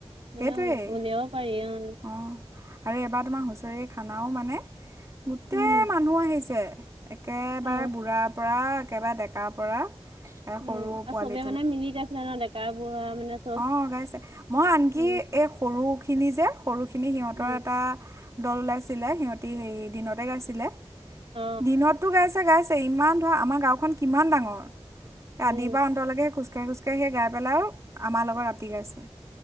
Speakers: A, on the right (about 65°); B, on the right (about 30°).
A: মানে
B: সেইটোৱেই
A: উলিৱাব পাৰি। অ'হ।
B: অঁ আৰু এইবাৰ তোমাৰ হুঁচৰি খানাও মানে গোটেই
A: উম
B: মানুহ আহিছে। একেবাৰে
A: অ
B: বুঢ়াৰ পৰা একেবাৰে ডেকাৰ পৰা এ
A: উম
B: সৰু
A: আৰু
B: পোৱালি।
A: চবে মানে মিলি গাইছিলে মানে ডেকা বুঢ়া মানে চব,
B: অঁ গাইছে মই আনকি
A: উম।
B: এই সৰুখিনি যে সৰুখিনি সিহঁতৰ
A: উম
B: এটা দল ওলাইছিলে সিহঁতি হেৰি দিনতে গাইছিলে,
A: অ
B: দিনটো গাইছে গাইছে ইমান ধৰা আমাৰ গাওখন কিমান ডাঙৰ?
A: উম
B: আদিৰ পৰা অন্তলৈকে খোজ কাঢ়ি, খোজ কাঢ়ি সেই গাই পেলাই আৰু আমাৰ লগত ৰাতি গাইছে